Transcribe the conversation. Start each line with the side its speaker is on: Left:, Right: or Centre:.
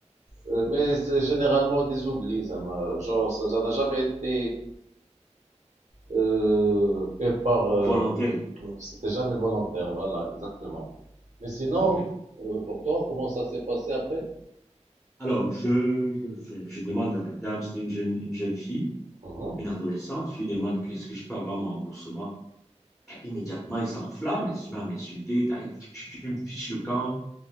Right: Euh, mais c'est généralement des oublis, ça m'a- genre ça ça n'a jamais été euh, fait par... euh,
Centre: volontaire.
Right: c'était jamais volontaire, voilà, exactement. Mais sinon,
Centre: OK.
Right: euh, pour toi, comment ça s'est passé après?
Centre: Alors, je, je, je- je demande à la dame, c'était une jeune, une jeune fille,
Right: Mhm.
Centre: une adolescente, je lui demande qu'est-ce que je peux avoir mon remboursement. Et immédiatement, il s'enflamme, elle se met à m'insulter, Ah, tu, tu me fiches le camp.